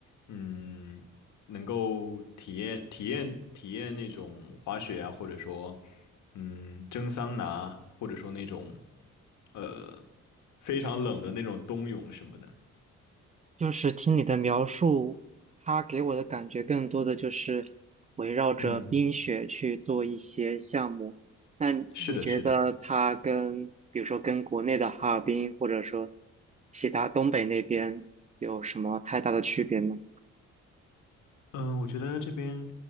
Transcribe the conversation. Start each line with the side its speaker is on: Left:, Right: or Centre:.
Left: 嗯，能够体验体验体验那种滑雪啊，或者说嗯蒸桑拿，或者说那种呃非常冷的那种冬泳什么的。
Right: 就是听你的描述，它给我的感觉更多的就是围绕着冰雪去做一些项目。
Left: 嗯，
Right: 那你觉得它跟，
Left: 是的，是的。
Right: 比如说跟国内的哈尔滨，或者说其他东北那边有什么太大的区别呢？
Left: 嗯，我觉得这边